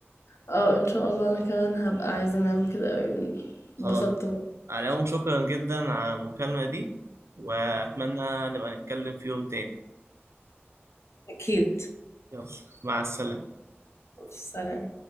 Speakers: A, on the left; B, on the right.
A: اه ان شاء الله انا كمان هبقى عايزة نعمل كده اوي
B: خلاص
A: انبسطت بقى.
B: على العموم شكرا جدا على المكالمة دي واتمنى نبقى نتكلم في يوم تاني
A: اكيد
B: يلا مع السلامة
A: سلام